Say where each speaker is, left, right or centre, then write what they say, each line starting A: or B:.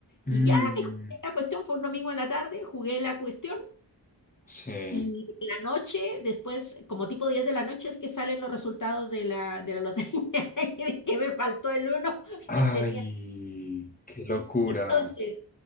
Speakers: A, on the left (about 20°); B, on the left (about 45°).
A: Mm,
B: Y ya me jugué la cuestión, fue un domingo en la tarde, jugué la cuestión
A: sí.
B: y en la noche, después, como tipo 10 de la noche, es que salen los resultados de la, de la lotería. <laughs> Y que me faltó el uno
A: Ay,
B: que tenía.
A: qué locura.
B: Entonces,